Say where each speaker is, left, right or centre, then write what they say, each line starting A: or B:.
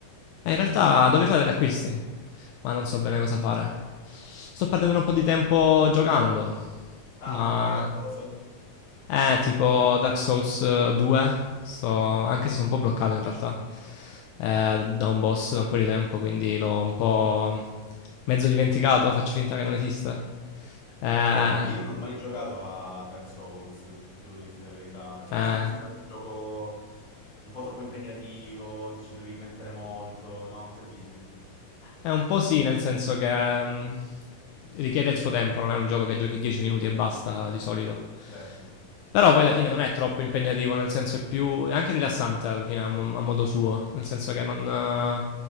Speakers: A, on the left; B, on the left.
A: eh, in realtà dovrei fare degli acquisti, ma non so bene cosa fare. Sto perdendo
B: ok.
A: un po' di tempo giocando,
B: Ah,
A: ma...
B: ok, a cosa?
A: Eh, tipo Dark Souls eh, 2, so-
B: Mhm.
A: anche se sono un po' bloccato in realtà eh, da un boss da un po' di tempo, quindi l'ho un po' mezzo dimenticato, faccio finta che non esista. Eh,
B: Ok, ok. Io non ho mai giocato a Dark Souls, devo dirti la verità, perché
A: eh,
B: mi è sempre sembrato un gioco un po' troppo impegnativo, ti ci dovevi mettere molto, no? Che dici?
A: è un po' sì, nel senso che mm, richiede il suo tempo, non è un gioco che giochi 10 minuti e basta di solito.
B: Certo.
A: Però poi alla fine non è troppo impegnativo, nel senso è più... è anche rilassante alla fine a, mo- a modo suo, nel senso che non, eh,